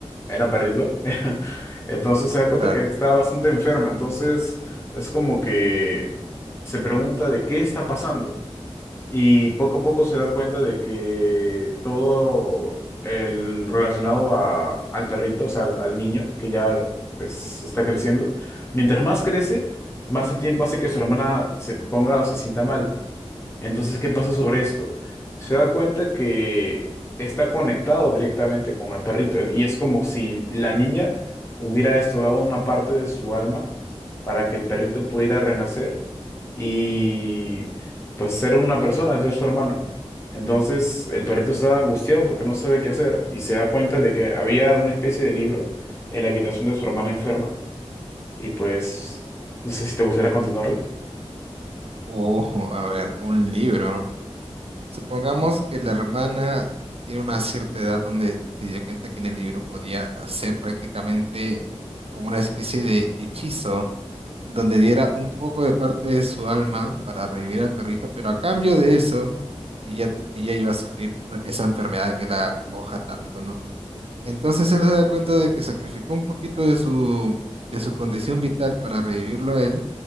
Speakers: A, on the left; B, on the right.
A: era perrito, <laughs> entonces se da cuenta
B: claro.
A: que está bastante enferma, entonces es como que se pregunta de qué está pasando y poco a poco se da cuenta de que todo el relacionado a- al perrito, o sea, al, al niño, que ya pues está creciendo, mientras más crece, más el tiempo hace que su hermana se ponga o se sienta mal. Entonces, ¿qué pasa sobre esto? Se da cuenta que está conectado directamente con el perrito y es como si la niña hubiera estudiado una parte de su alma para que el perrito pudiera renacer y pues ser una persona, ser su hermano. Entonces, el perrito está angustiado porque no sabe qué hacer y se da cuenta de que había una especie de libro en la habitación de su hermana enferma y pues no sé si te gustaría continuarlo.
B: Uh, a ver, un libro. Supongamos que la hermana tiene una cierta edad donde se dio cuenta que en el libro podía hacer prácticamente como una especie de hechizo donde diera un poco de parte de su alma para revivir al perrito, pero a cambio de eso, ella, ella iba a sufrir esa enfermedad que la acongoja tanto, ¿no? Entonces él se da cuenta de que sacrificó un poquito de su, de su condición vital para revivirlo a él